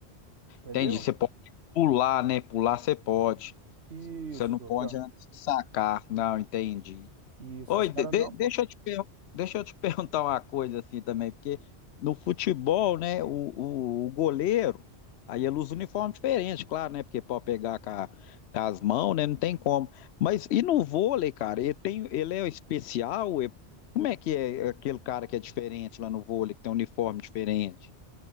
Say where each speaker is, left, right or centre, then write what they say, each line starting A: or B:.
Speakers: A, on the right; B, on the left.
A: entendeu?
B: Entendi. Você pode pular, né? Pular você pode.
A: Isso,
B: Você não pode
A: aqui, ó.
B: antes de sacar. Não, entendi.
A: Isso,
B: Oi,
A: os caras
B: de- de-
A: não
B: deixa
A: podem.
B: eu te, per- deixa eu te <laughs> perguntar uma coisa assim também, porque no futebol, né, o, o, o goleiro, aí ele usa uniforme diferente, claro, né, porque pode pegar com, a- com as mãos, né, não tem como. Mas e no vôlei, cara, ele tem, ele é especial? Ele- como é que é aquele cara que é diferente lá no vôlei, que tem um uniforme diferente?